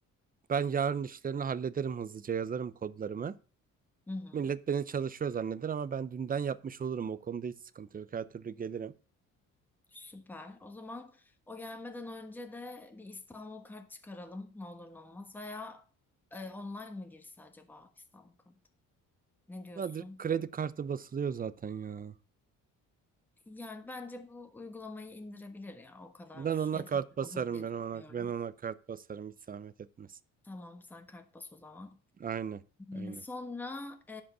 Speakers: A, on the right; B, in the centre.
A: ben yarın işlerini hallederim hızlıca yazarım kodlarımı.
B: Hı hı.
A: Millet beni çalışıyor zanneder ama ben dünden yapmış olurum. O konuda hiç sıkıntı yok. Her türlü gelirim.
B: Süper. O zaman o gelmeden önce de bir İstanbul kart çıkaralım. Ne olur ne olmaz. Veya e, online mı girse acaba İstanbul kart? Ne diyorsun?
A: Ya direkt kredi kartı basılıyor zaten ya.
B: Yani bence bu uygulamayı indirebilir ya. O kadar
A: Ben ona
B: yeterli
A: kart basarım
B: olur diye
A: ben
B: düşünüyorum.
A: ona ben ona kart basarım hiç zahmet etmesin.
B: Tamam sen kart bas o zaman.
A: Aynen. Aynen.
B: E, sonra e,